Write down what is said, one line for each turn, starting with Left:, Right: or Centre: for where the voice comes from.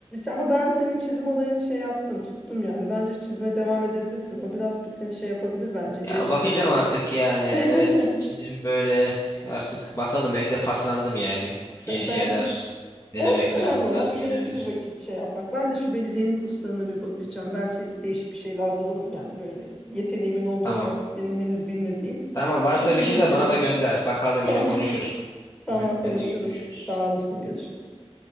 Centre: ama ben senin çizim olayını şey yaptım, tuttum yani. Bence çizime devam edebilirsin. O biraz bir seni şey yapabilir bence, gevşetebilir.
Left: Ya bakacağım artık yani. Evet
Centre: <laughs>
Left: çizim böyle artık bakalım belki de paslandım yani.
Centre: Be-
Left: Yeni
Centre: Belki
Left: şeyler denemek
Centre: olsun önemli
Left: lazım
Centre: olan keyifli
Left: gelebilir.
Centre: vakit şey yapmak. Ben de şu belediyenin kurslarına bir bakacağım. Belki değişik bir şeyler bulurum yani böyle yeteneğimin olduğu
Left: Tamam.
Centre: ama benim henüz bilmediğim.
Left: Tamam varsa
Centre: Konuşuruz
Left: bir şey de
Centre: gene.
Left: bana da gönder. Bakalım
Centre: Tamam,
Left: yine konuşuruz.
Centre: <laughs> tamam konuşuruz.
Left: Hadi görüşürüz.
Centre: Sağ olasın, görüşürüz.